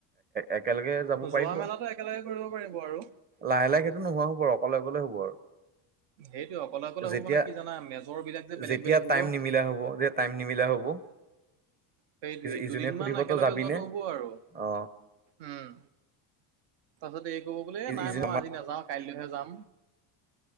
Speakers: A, on the right; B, on the right.
A: একেলগে যাব পাৰিব
B: যোৱা মেলাটো একেলগে কৰিব পাৰিব আৰু
A: লাহে লাহে সেইটো নোহোৱা হ'ব আৰু অকলে অকলে হ'ব আৰু
B: <inaudible> সেইটো অকলে অকলে
A: যেতিয়া
B: হ'ব মানে কি জানা মেজৰ বিলাক যে বেলেগ
A: যেতিয়া
B: বেলেগ হব
A: টাইম
B: অ
A: নিমিলা হ'ব যে টাইম নিমিলা হ'ব
B: সেইটোৱেই
A: ইজনে
B: দুদিনমান
A: সুধিব
B: একেলগে
A: তই যাবিনে
B: যোৱাটো হ'ব আৰু
A: অ
B: উম তাৰ পিছত এই কব বোলে এ নাই
A: ইজনে
B: মই
A: আমাৰ
B: আজি নাযাওঁ কাইলৈহে যাম